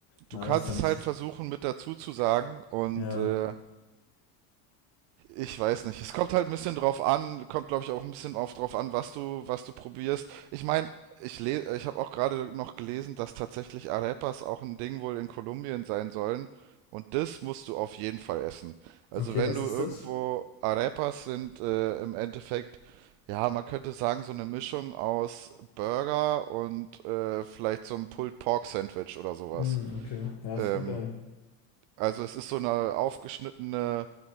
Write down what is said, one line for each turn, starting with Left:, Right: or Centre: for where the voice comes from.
Right: Du
Left: nice.
Right: kannst
Left: Dann
Right: es
Left: ist,
Right: halt versuchen mit dazu zu sagen und
Left: ja.
Right: äh, Ich weiß nicht. Es kommt halt ein bisschen drauf an, kommt glaube ich auch ein bisschen auf drauf an, was du, was du probierst. Ich meine, ich le ich habe auch gerade noch gelesen, dass tatsächlich Arepas auch ein Ding wohl in Kolumbien sein sollen. Und das musst du auf jeden Fall essen. Also
Left: Okay,
Right: wenn
Left: was
Right: du
Left: ist
Right: irgendwo
Left: das?
Right: Arepas sind äh, im Endeffekt, ja, man könnte sagen, so eine Mischung aus Burger und äh, vielleicht so einem Pulled Pork Sandwich oder sowas.
Left: Mm, okay, ja, das
Right: Ähm,
Left: klingt geil.
Right: also es ist so eine aufgeschnittene